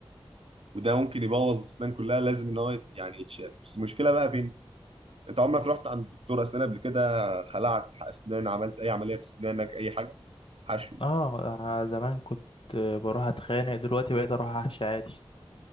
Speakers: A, on the right; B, on the left.
A: وده ممكن يبوظ الاسنان كلها لازم ان هو يت- يعني يتشال بس المشكله بقى فين انت عمرك رحت عند دكتور اسنان قبل كده خلعت اسنان عملت اي عمليه في اسنانك اي حاجه حشو
B: اه آه، زمان كنت بروح اتخانق دلوقتي بقيت اروح احشي عادي